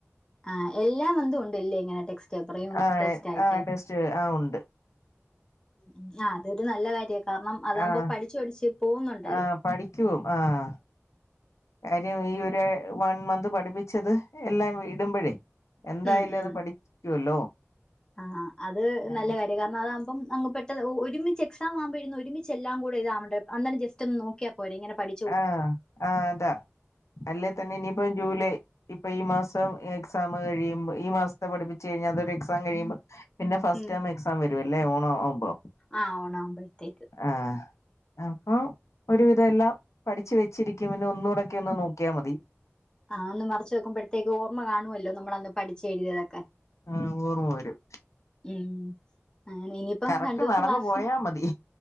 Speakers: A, on the left; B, on the left.
A: ആഹ് എല്ലാം മന്തും ഉണ്ടല്ലേ ഇങ്ങനെ ടെക്സ്റ്റ് പേപ്പറ്
B: ആഹ്
A: ടെസ്റ്റ് ആയിട്ട്
B: ആഹ് ടെസ്റ്റ് ആഹ് ഉണ്ട്
A: ഉ ആഹ് അതൊരു നല്ല കാര്യാ കാരണം അതാകുമ്പോ
B: ആഹ്
A: പഠിച്ചു പഠിച്ച് പോകുന്നുണ്ട്
B: ആഹ് പഠിക്കും ആഹ് കാര്യം ഈ ഒര് വൺ മന്ത് പഠിപ്പിച്ചത് എല്ലാം ഇടുമ്പഴേ എന്തായാലും
A: ഉം ഉം
B: അത് പഠിക്കുവല്ലോ
A: ആഹ് അത്
B: ആഹ്
A: നല്ല കാര്യ കാരണം അതാവുമ്പം അ പെട്ട ഒരുമിച്ച് എസാം ആവുമ്പോഴന്ന് ഒരുമി എല്ലാം കൂടെ ഇതാവണ്ട അെ ജസ്റ്റ് നോക്കാ പോ ഇങ്ങന പഠ
B: ആഹ ആഹ അതാ അല്ല തന്നെ ഇനിപ്പ ജൂലൈ ഇപ്പൊ ഈ മാസം എക്സാം കഴിയുമ്പോ ഈ മാസത്തെ പഠിപ്പിച്ചു കഴിഞ്ഞാ അതൊരു എക്സാം കഴിയുമ്പോ പിന്നെ ഫസ്റ്റ്
A: ഉം
B: ടേം എക്സാം വരും അല്ലേ ഓണോ ഓമ്പോ
A: ആഹ് ഓണാകുമ്പഴത്തേക്ക്
B: ആഹ അപ്പൊ ഒരു വിധമ എല്ലാം പഠിച്ചു വെച്ചിരിക്കും പിന്നെ ഒന്നുകൂടൊക്കെ ഒന്ന് നോക്കിയാൽ മതി
A: ആഹ് ഒന്ന് മറച്ച്ു നെക്കുമ്പോഴത്തേക്ക് ഓർമ്മ കാണുമല്ലോ നമ്മളന്ന് പഠിച്ച എഴുതിയതൊക്കെ
B: ആ് ഓർമ്മ വരും
A: ഉം അങ്ങനെ ഇനിയിപ്പ
B: കറക്റ്റ്
A: രണ്ടു ദിവസം
B: നടന്നു
A: ക്ലാസ്
B: പോയാ മതി